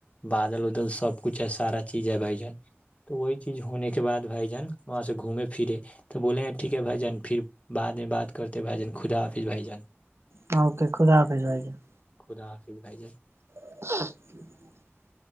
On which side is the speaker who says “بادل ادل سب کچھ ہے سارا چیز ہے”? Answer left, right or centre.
Left